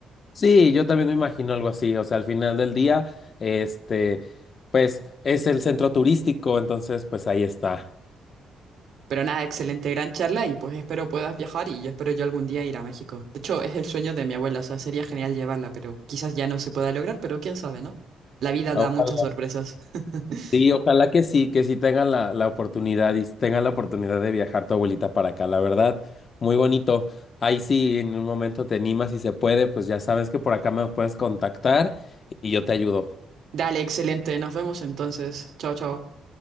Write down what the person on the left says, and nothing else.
Sí, yo también me imagino algo así. O sea, al final del día, este, pues es el centro turístico, entonces pues ahí está.
Ojalá-
sí, ojalá que sí, que sí tengan la, la oportunidad y tengan la oportunidad de viajar tu abuelita para acá, la verdad, muy bonito. Ahí sí, en un momento te animas y se puede, pues ya sabes que por acá me puedes contactar y yo te ayudo.